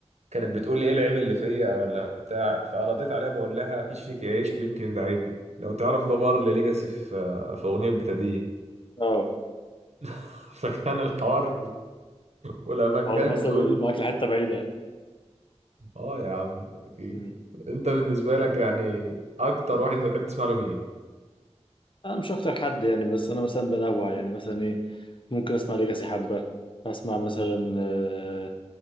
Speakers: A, on the right; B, on the left.
A: كانت بتقول لي ايه العيب اللي فيا ولا بتاع فرديت عليها بقول لها مفيش فيك عيب يمكن ده عيبي لو تعرف ده بار لليجاسي في آه، في اغنيه بتدين
B: اه
A: <laughs> فكان الحوار ولما كانت
B: حوار مثلا
A: بتقول لي
B: معاك لحته بعيده
A: اه يا عم اكيد
B: مم.
A: انت بالنسبه لك يعني اكتر واحد انت بتحب تسمع له مين
B: انا مش اكتر حد يعني بس انا مثلا بنوع يعني مثلا ايه ممكن اسمع ليجاسي حبه اسمع مثلا آه،